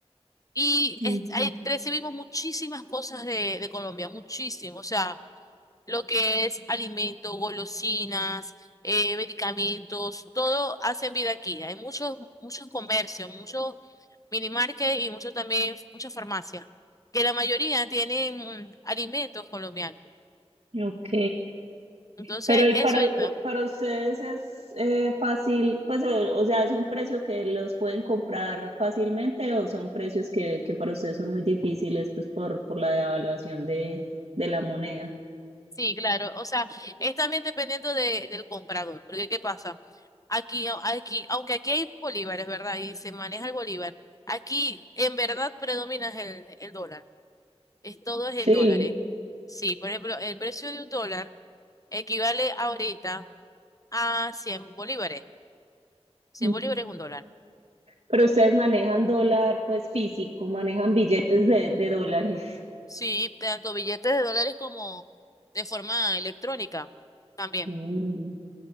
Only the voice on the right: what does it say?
Ujú,
Ok,
pero y
para,
para ustedes es eh, fácil, pues o, o sea, es un precio que los pueden comprar fácilmente o son precios que, que para ustedes son muy difíciles pues por, por la devaluación de, de la moneda.
Sí,
mm,
pero ustedes manejan dólar pues físico, manejan billetes de, de dólares.
Mm,